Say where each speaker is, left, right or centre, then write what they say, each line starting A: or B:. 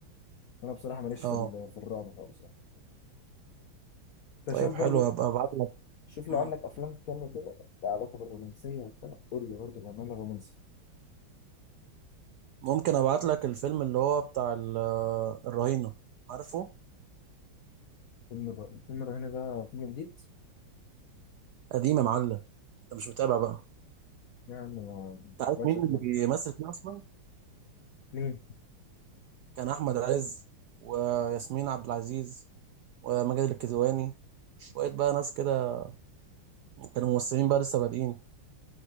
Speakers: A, on the left; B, on the right.
A: انا بصراحة ماليش
B: اه
A: في ال- في الرعب خالص يعني. انت
B: طيب
A: شوف
B: حلو
A: برضو
B: هبقى ابعت لك
A: شوف لو
B: مم.
A: عندك افلام تتكلم كده لها علاقه بالرومانسيه وبتاع قول لي برضه بأمانة رومانسي
B: ممكن ابعت لك الفيلم اللي هو بتاع ال- آه، الرهينه عارفه
A: فيلم الر- فيلم الرهينه ده فيلم جديد
B: قديم يا معلم انت مش متابع بقى
A: يعني ما
B: انت عارف
A: بقتش
B: مين
A: افلام
B: اللي بيمثل فيه اصلا
A: مين
B: كان احمد عز وياسمين عبد العزيز وماجد الكدواني شويه بقى ناس كده كانوا ممثلين بقى لسه بادئين